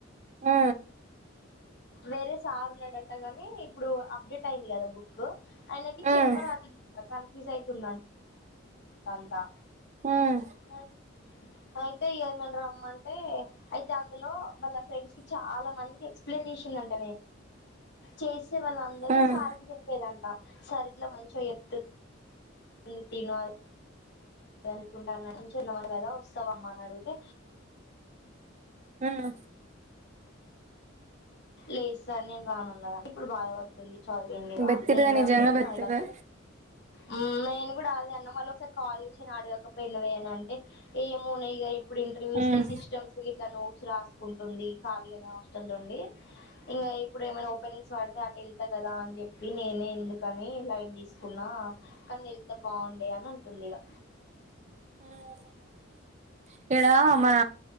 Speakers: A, on the right; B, on the left.
A: ఆ
B: వేరే సార్ ఉన్నాడుంట గాని ఇప్పుడు అప్డేట్ అయింది కదా బుక్ ఆయనకి
A: మ్మ్
B: చెప్పర యూజ్ అవుతుందంట అంతా
A: మ్మ్
B: <unintelligible> అయితే ఏ ముండ రమ్మ అంటే అయితే అందులో వాళ్ళ ఫ్రెండ్స్ కి చాలా మందికి ఎక్స్ప్లెయిన్ చేసిందంట చేసే వాళ్ళ అందరూ
A: మ్మ్
B: సార్ కి చెప్పేదంట సార్ ఇట్లా మంచిగ చెప్తే ఉంది తినువా అదే అనుకుంటా <unintelligible> నువ్వు ఎలా వస్తావమ్మా అని అడిగితే
A: ఉం
B: లేదు సార్ నేను రాను అన్నారంట. ఇప్పుడు బాధ పడుతుంది చాయస్ ఏం లేవ <unintelligible>
A: బెత్తిరిదే నిజంగా బెత్తిరిదే
B: అయ్యాక ఆ నేను కూడా అదే అన్న మళ్ళీ ఒకసారి కాల్ చేసి ఐన అడిగాక పెన్న వేయాను అంటే ఏమ న ఇ ఇప్పుడు ఇంటర్వ్యూస్
A: మ్మ్
B: కి సిస్టమ్స్ గిట్లా నోట్స్ రాస్త ఉంటుంది ఖాళీ అనే హాస్టల్ నుండి ఇంకా ఇప్పుడు ఏమైనా ఓపెనింగ్స్ పడితే అటు వెళ్తా కదా అని చెప్పి నేనే ఎందుకని లైట్ తీసుకున్నా కానీ వెళ్తా బాగుండే అని అంటుంది ఇక
A: <unintelligible> <unintelligible> ఈడ మన